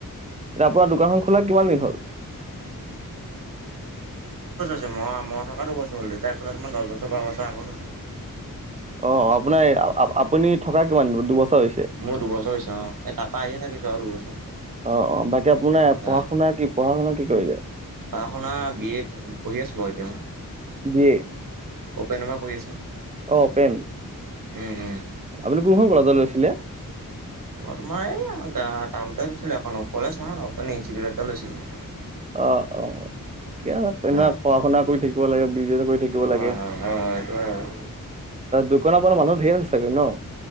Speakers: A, on the right; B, on the right.
A: এতিয়া আপোনাৰ দোকানখন খোলা কিমান দিন হল
B: মই-মই থকাটো বছৰ হ'ল ৰিটায়াৰ পৰা তোমাৰ দশ বছৰ বাৰ বছৰ আগত হ'ল।
A: অ', আপোনাৰ আপুনি থকা কিমান, দুবছৰ হৈছে
B: মোৰ দুবছৰ হৈছে অ', এই তাৰাপা আহে থাকিছো আৰু দুবছৰ।
A: অ'-অ', বাকী আপোনাৰ
B: হয়
A: পঢ়া -শুনা কি, পঢ়া- শুনা কি কৰিলে?
B: পঢ়া শুনা বি এড পঢ়ি আছোঁ বাৰু এতিয়া মই।
A: <unintelligible>
B: অপেনমা কৰী আছো।
A: অ অপেন
B: উম'-উম'।
A: আপুনি কোনখন কলেজত লৈছিলে?
B: তোমাৰ এই আমাৰ গ টাউনছিলো এখন কলেজ নহয় অপেন ইনষ্টিটিউটত লৈছিলো।
A: অ'-অ'-অ'। ঠিকে আও <unintelligible> পঢ়া
B: হয়
A: শুনা কৰি থাকিব লাগে, বিজনেস কৰি থাকিব
B: হয়
A: লাগে।
B: হয় হয় হয় এইটো হয় আৰু
A: দোকান <unintelligible> মানুহ ধেৰ আনছে চাগে ন?